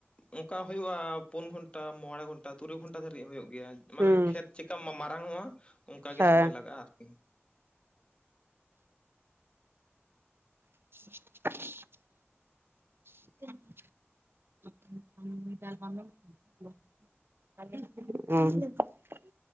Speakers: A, on the left; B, on the right.
A: ᱚᱸᱠᱟ ᱦᱩᱭᱩᱜ-ᱟ ᱯᱩᱱ ᱜᱷᱚᱱᱴᱟ ᱢᱚᱬᱮ ᱜᱷᱚᱱᱴᱟ ᱛᱩᱨᱩᱭ ᱜᱷᱚᱱᱴᱟ ᱫᱷᱟᱹᱵᱤᱡ ᱦᱩᱭᱩᱜ ᱜᱮᱭᱟ ᱢᱟᱱᱮ
B: ᱦᱩᱸ
A: ᱠᱷᱮᱛ ᱪᱤᱠᱟ ᱢᱟ ᱢᱟᱨᱟᱝ ᱚᱜ-ᱟ ᱚᱱᱠᱟ ᱜᱮ
B: ᱦᱮᱸ
A: ᱥᱚᱢᱟᱭ ᱞᱟᱜᱟᱜ-ᱟ ᱟᱨᱠᱤ
B: <inaudible> <unintelligible> <unintelligible> ᱚ